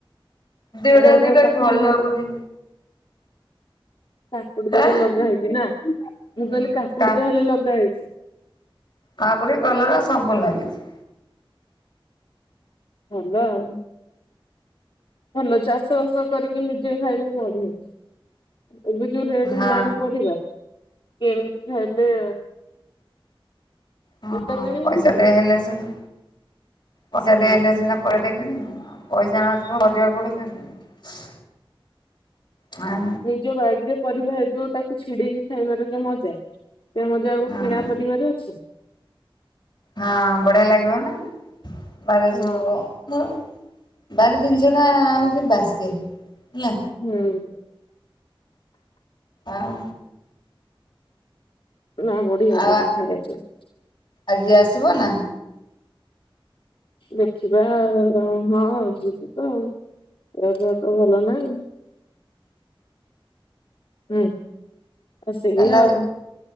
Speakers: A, on the left; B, on the left.
A: ଦେହଟା
B: ଆପଣଙ୍କ
A: ଆଜି କାଇଁ
B: କାକୁଡି
A: ଭଲ
B: ସବୁ
A: ଲାଗୁନି।
B: କାକୁଡି ତାହେଲେ
A: ଆଁ
B: ଲଗା ହେଇଛି ନା ମୁଁ
A: ହୁଁ।
B: କହିଲି କାକୁଡି
A: କା
B: ତାହେଲେ ଲଗା ହେଇଛି।
A: କାକୁଡି କଲରା ସବୁ ଲାଗିଛି।
B: ଭଲ ଆଉ। ଭଲ ଚାଷ ବାସ କରିକି ନିଜେ ଖାଇବୁ ବଢିଆ। ଏବେ ଯୋଉ ରେଟ
A: ହଁ
B: ହେଲାଣି ପରିବା କିଣିକି ଖାଇଲେ।
A: ହଁ
B: କେତେ କିଣିକି
A: ପଇସାଟେ ହେଲେସିନା ପଇସାଟେ
B: ହଁ
A: ହେଲେସିନା। ପରିବାଟେ କିଣିବୁ ଆଉ ପଇସା ନଥିଲେ ପରିବା କୋଉଠୁ କିଣିବୁ। ହଁ
B: ନିଜ ବାଡିରେ ପରିବା ହେଇଥିବ ତାକୁ ଛିଡେଇକି ଖାଇବାରେ ଯୋଉ ମଜା। ସେ ମଜା ଆଉ
A: ହଁ
B: କିଣା ପରିବାରେ ଅଛି।
A: ହଁ ବଢିଆ ଲାଗିବ ନା ବାରିରେ
B: ହଁ
A: ଯୋଉ। ଆଉ ବାରି ଜିନିଷ ଟା ହଉଛି ବାସେ ହେଲା।
B: ହୁଁ।
A: ଆଉ।
B: ନା ବଢିଆ
A: ଆଉ
B: ଲାଗେ ଖାଇବା ପାଇଁ।
A: ଆଜି ଆସିବ ନା।
B: ଦେଖିବା ଆଉ କଁ ହଁ ଯିବି ତ ଆଉ ଏ ଦେହ ତ ଭଲ ନାହିଁ। ହୁଁ ଆସିଲେ
A: କାଲି
B: ଆଉ